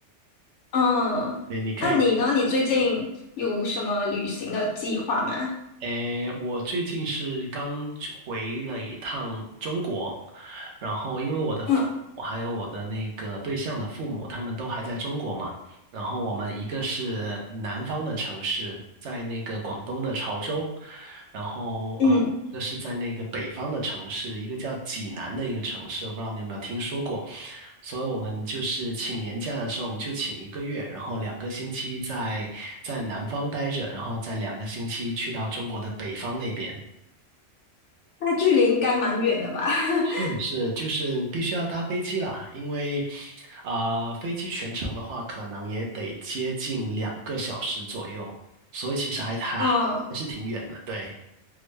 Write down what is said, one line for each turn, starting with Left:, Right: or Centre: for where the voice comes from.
Left: 嗯，
Right: 对，你可以去。
Left: 那你呢？你最近有什么旅行的计划吗？
Right: 诶，我最近是刚回了一趟中国，然后因为我的父母还有我的那个对象的父母，
Left: 嗯
Right: 他们都还在中国嘛。然后我们一个是南方的城市，在那个广东的潮州，然后啊，
Left: 嗯，
Right: 一个是在那个北方的城市，一个叫济南的一个城市，我不知道你有没有听说过。所以我们就是请年假的时候，我们就请一个月，然后两个星期在在南方待着，然后再两个星期去到中国的北方那边。
Left: 那距离应该蛮远的吧？<laughs>
Right: 是是，就是必须要搭飞机啦，因为啊、飞机全程的话，可能也得接近两个小时左右，所以其实还还还是挺远的。
Left: 嗯，
Right: 对，